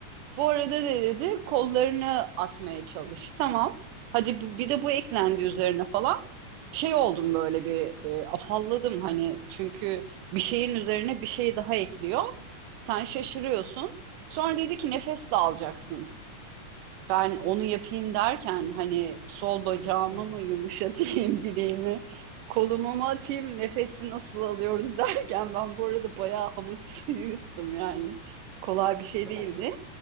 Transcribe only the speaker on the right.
bu arada de dedi kollarını atmaya çalış. Tamam. Hadi bu- bir de bu eklendi üzerine falan. Şey oldum böyle bir e, afalladım hani çünkü bir şeyin üzerine bir şey daha ekliyor. Sen şaşırıyorsun. Sonra dedi ki nefes de alacaksın. Ben onu yapayım derken hani sol bacağımı
mı yumuşatayım <laughs> bileğimi, kolumu mu atayım, nefesi nasıl alıyoruz <laughs> derken ben bu arada bayağı havuz <laughs> suyu yuttum yani. Kolay bir şey
değildi.